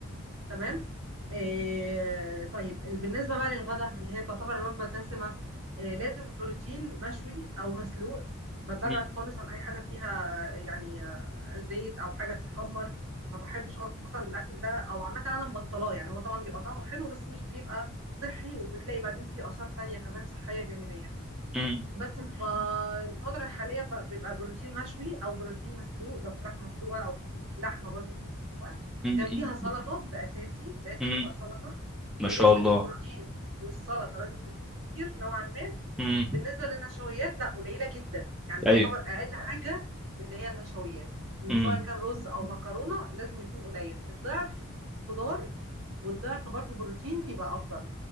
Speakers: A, on the right; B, in the centre.
A: تمام آه طيب ال- بالنسبة بقى للغدا اللي هي تعتبر الوجبة الدسمة آه لازم بروتين مشوي أو مسلوق ب- ببعد
B: م-
A: خالص عن أي حاجة فيها يعني آه، زيت أو حاجة تتحمر ما بحبش أصلا الأكل ده أو عامة أنا مبطلاه يعني هو طبعا بيبقى طعمه حلو بس مش بيبقى صحي وبتلاقي بعدين فيه آثار تانية كمان صحية جانبية
B: م-
A: بس فالفترة الحالية ب- بيبقى بروتين مشوي أو بروتين مسلوق لو فراخ مسلوقة أو لحمة برضو تكون مسلوقة
B: م-
A: جنبيها سلطة ده أساسي لازم
B: م-
A: طبق
B: م-
A: سلطة
B: ما
A: ونسبة
B: شاء الله
A: البروتين والسلطة لازم تكون كتير نوعا ما
B: امم
A: بالنسبة للنشويات لا قليلة جدا يعني تعتبر
B: ايوه
A: أقل حاجة اللي هي النشويات
B: امم
A: سواء كان رز أو مكرونة لازم يكون قليل الضعف خضار والضعف برضو بروتين يبقى أفضل